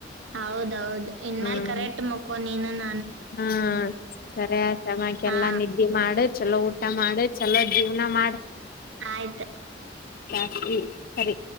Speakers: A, on the right; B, on the left.
A: ಹೌದೌದು ಇನ್
B: ಹ್ಮ್
A: ಮ್ಯಾಲ್ ಕರೆಕ್ಟ್ ಮಕ್ಕೋ ನೀನುನ
B: ಹಾ ಸರಿಯ ಸಮಮಾಕ್ಕೆಲ್ಲಾ
A: ಹಾ
B: ನಿದ್ದೆ ಮಾಡು ಚಲೋ ಊಟ ಮಾಡು ಚಲೋ ಜೀವ್ ನ ಮಾಡ್.
A: ಆಯ್ತು
B: ಹ್ಮ್ ಸರಿ.